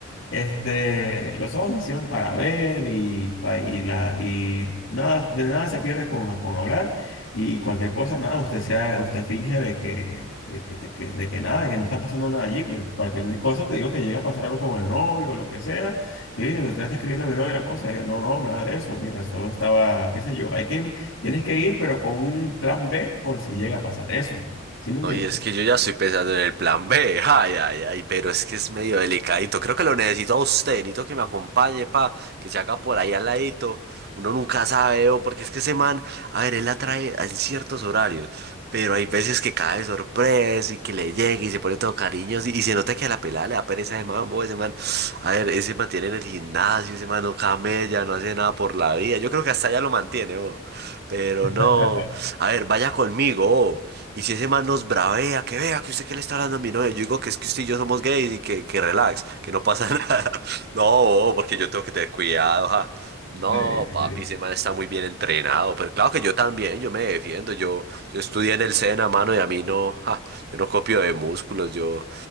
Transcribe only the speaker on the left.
Este, los ojos se hicieron para ver y, pa- y, la, y nada, de nada se pierde con, con hablar y cualquier cosa, nada, usted sea, usted finge de que, de que, de que, de que nada, de que no está pasando nada allí, pues cualquier cosa te digo que llega a pasar algo con el novio o lo que sea, y mire, que usted le está escribiendo a mi novio la cosa, y yo, no, no, nada de eso, mira, solo estaba, qué sé yo, hay que, tienes que ir, pero con un plan B por si llega a pasar eso, ¿sí me entiendes?
<laughs>
Sí, sí.